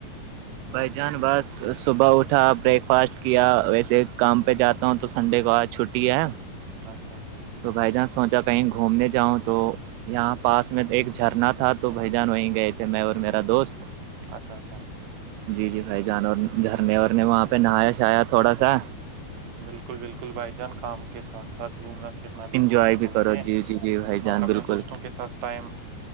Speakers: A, on the right; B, on the right.
A: بھائی جان بس صبح اٹھا بریک فاسٹ کیا ویسے کام پہ جاتا ہوں تو سنڈے کو آج چھٹی ہے
B: اچھا اچھا
A: تو بھائی جانس سوچا کہیں گھومنے جاؤں تو یہاں پاس میں ایک جھرنا تھا تو بھائی جان وہیں گئے تھے میں اور میرا دوست
B: اچھا اچھا
A: جی جی بھائی جانور جھرنے وورنے وہاں پہ نہایا شھایا تھوڑا سا
B: بالکل بالکل بھائی جان کام کے ساتھ ساتھ گھومنا پھرنا بھی
A: انجوائے
B: بہت ضروری
A: کرو
B: ہے
A: جی جی جی بھائی جان
B: اور
A: بالکل
B: اپنے دوستوں کے ساتھ ٹائم